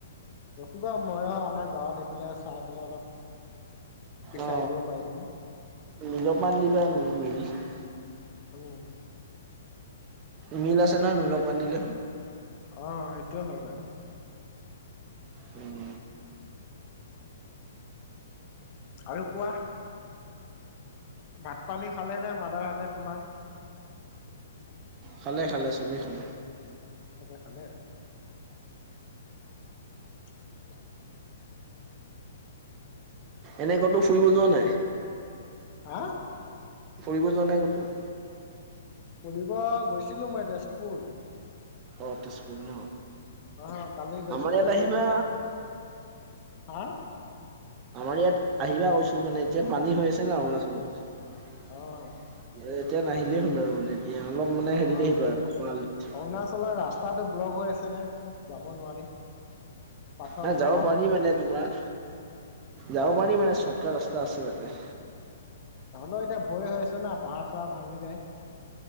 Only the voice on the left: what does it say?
ৰখিব মইউ আমাৰ গাঁৱত এইফালে চাই পেলাই অলপ বিচাৰি
দিব পাৰিম।
<unintelligible>
অ, সেইটোও হয় বাৰু।
আৰু কোৱা। ভাত পানী খালে নে মাদাৰ হতে তোমাৰ।
খালে - খালে। <inaudible>
হা।
পঢ়িব গৈছিলো মই তে পুৰ
অ, কালি গৈছিলো।
হা।
অ অ
অ
অৰুণাচলৰ ৰাচ তাতো ব্লগ হৈ আছিলে যাব নোৱাৰি। পাথৰ
পাহাৰ
ভাঙি
পৰিছে
উম
উ হ'লেও এতিয়া ভয় হৈ আছে না, পাহাৰ-চাহাৰ ভাঙি যায়।